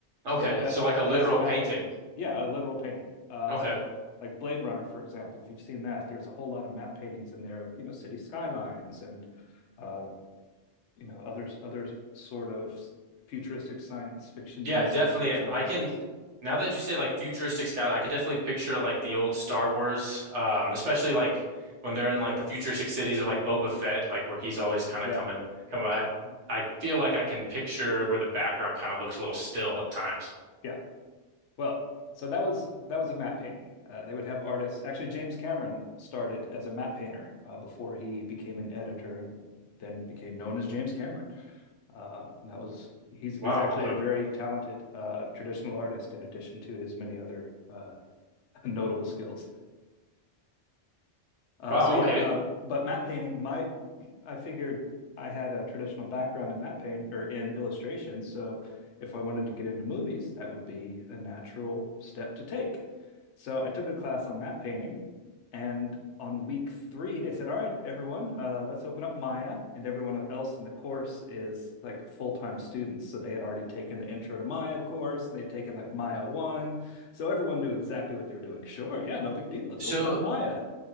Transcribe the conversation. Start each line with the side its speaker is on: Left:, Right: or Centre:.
Left: So
Right: Okay.
Left: the best
Right: So like
Left: the
Right: a literal
Left: best matte
Right: painting.
Left: paintings, yeah, a literal painting. Uh,
Right: Okay.
Left: it, like Blade Runner, for example, if you've seen that, there's a whole lot of matte paintings in there of you know city skylines and uh, you know other other sort of futuristic science fiction
Right: Yeah,
Left: vistas
Right: definitely.
Left: which don't
Right: I
Left: exist.
Right: can now that you say like futuristic sky, I could definitely picture like the old Star Wars, um, especially like when they're in like the futuristic cities with like Boba Fett, like where he's always kind
Left: Yeah,
Right: of coming come I I feel like I can picture where the background kind of looks a little still at times.
Left: yeah. Well, so that was that was a matte painting. Uh, they would have artists. Actually, James Cameron started as a matte painter uh, before he became an editor and then became known as James Cameron. Um, that was he's he's
Right: Wow,
Left: actually
Right: okay.
Left: a very talented uh, traditional artist in addition to his many other uh, <laughs> notable skills. Uh,
Right: Wow,
Left: so yeah,
Right: okay.
Left: um, but matte painting, my I figured I had a traditional background in matte painting or in illustration, so if I wanted to get into movies, that would be a natural step to take. So I took a class on matte painting and on week three, they said, "All right, everyone, uh, let's open up Maya." And everyone else in the course is like full time students, so they had already taken the Intro to Maya course, and they'd taken like Maya one, so everyone knew exactly what they were doing. Sure, yeah, no big deal. Let's
Right: So
Left: open up Maya,